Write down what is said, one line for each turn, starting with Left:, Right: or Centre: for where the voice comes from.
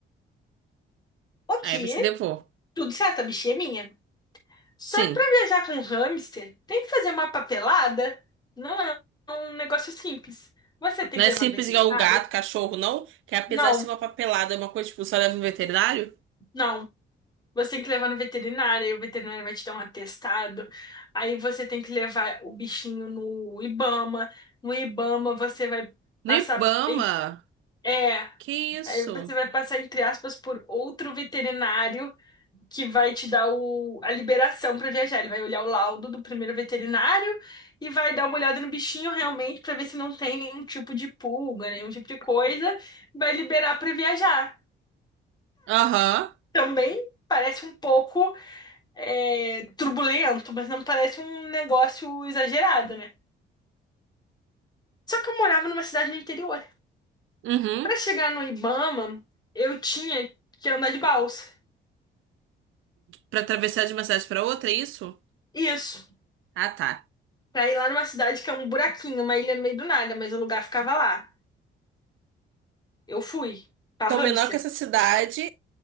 Left: Ok,
Right: Aí você levou.
Left: tudo certo, a bichinha é minha. Só
Right: Sim.
Left: que pra viajar com um hamster, tem que fazer uma papelada. Não é um negócio simples. Você tem
Right: Não
Left: que
Right: é
Left: levar
Right: simples
Left: no veterinário?
Right: igual o gato, cachorro, não? Que apesar
Left: Não,
Right: de ser uma papelada, é uma coisa tipo, só leva no veterinário?
Left: não. Você tem que levar no veterinário, aí o veterinário vai te dar um atestado. Aí você tem que levar o bichinho no Ibama. No Ibama você vai
Right: No
Left: passar.
Right: Ibama.
Left: É.
Right: Que isso?
Left: Aí você vai passar, entre aspas, por outro veterinário que vai te dar o- a liberação para viajar. Ele vai olhar o laudo do primeiro veterinário e vai dar uma olhada no bichinho realmente para ver se não tem nenhum tipo de pulga, nenhum tipo de coisa. Vai liberar para viajar.
Right: Aham.
Left: Também parece um pouco é, turbulento, mas não parece um negócio exagerado, né? Só que eu morava numa cidade no interior.
Right: Uhum.
Left: Para chegar no Ibama, eu tinha que andar de balsa.
Right: Pra atravessar de uma cidade pra outra, é isso?
Left: Isso.
Right: Ah, tá.
Left: pra ir lá numa cidade que é um buraquinho, uma ilha no meio do nada, mas o lugar ficava lá. Eu fui pra
Right: Então,
Left: hamster.
Right: menor que essa cidade,